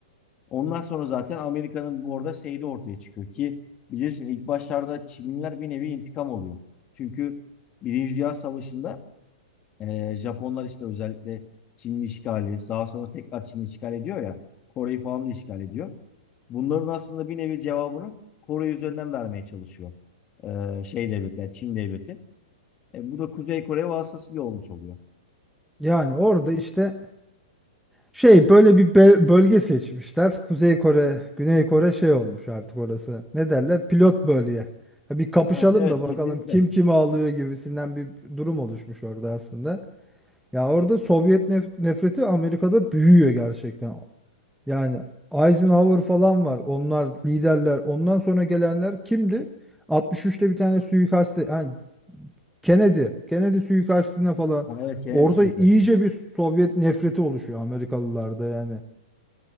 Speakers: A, on the left; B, in the centre.
A: Ondan sonra zaten Amerika'nın bu arada şeyi ortaya çıkıyor ki bilirsin ilk başlarda Çinliler bir nevi intikam oluyor. Çünkü Birinci Dünya Savaşı'nda e, Japonlar işte özellikle Çinli işgali, daha sonra tekrar Çinli işgal ediyor ya, Kore'yi falan da işgal ediyor. Bunların aslında bir nevi cevabını Kore üzerinden vermeye çalışıyor. E, şey devleti, yani Çin devleti. E, bu da Kuzey Kore vasıtasıyla olmuş oluyor.
B: Yani orada işte şey böyle bir be- bölge seçmişler. Kuzey Kore, Güney Kore şey olmuş artık orası. Ne derler? Pilot bölge. Ya Bir kapışalım
A: Ha, evet
B: da bakalım
A: kesinlikle.
B: kim kimi alıyor gibisinden bir durum oluşmuş orada aslında. Ya orada Sovyet nef- nefreti Amerika'da büyüyor gerçekten. Yani Eisenhower falan var. Onlar liderler. Ondan sonra gelenler kimdi? 63'te bir tane suikaste, yani Kennedy, Kennedy suikastine falan.
A: Ha, evet Kennedy
B: Orada
A: suikastı.
B: iyice bir Sovyet nefreti oluşuyor Amerikalılarda yani.